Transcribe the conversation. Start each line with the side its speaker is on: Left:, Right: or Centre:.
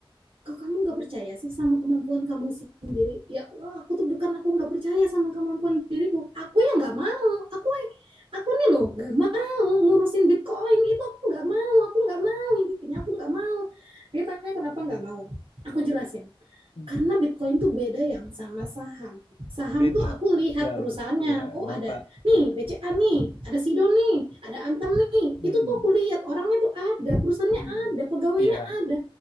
Right: kok kamu nggak percaya sih sama kemampuan kamu sendiri ya Allah, aku tuh bukan aku nggak percaya sama kemampuan diriku aku yang nggak mau aku aku nih loh nggak mau ngurusin Bitcoin itu aku nggak mau aku nggak mau intinya aku nggak mau dia tanya kenapa nggak mau aku jelasin
Left: Hmm.
Right: karena Bitcoin tuh beda yang sama saham. Saham
Left: beda
Right: tuh aku lihat
Left: jauh
Right: perusahaannya.
Left: ya
Right: Oh ada
Left: nampak
Right: nih
Left: ya.
Right: BCA nih, ada Sido nih, ada Antam nih. Itu
Left: Hmm.
Right: tuh aku lihat orangnya tuh ada, perusahaannya
Left: Hmm.
Right: ada, pegawainya
Left: Iya,
Right: ada.